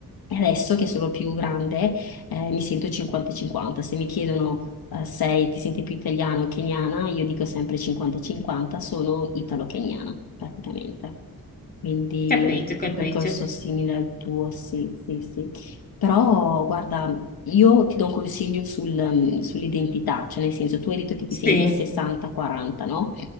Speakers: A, on the left; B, on the left.
A: E Adesso che sono più grande, eh, mi sento 50-50. Se mi chiedono, eh, sei, ti senti più italiana o keniana, io dico sempre 50-50, sono italo-keniana praticamente. Quindi
B: capito,
A: è
B: capito.
A: un percorso simile al tuo, sì, sì, sì. Però guarda, io ti do un consiglio sul, um, sull'identità, cioè nel senso tu hai detto che ti
B: Sì.
A: senti 60-40, no?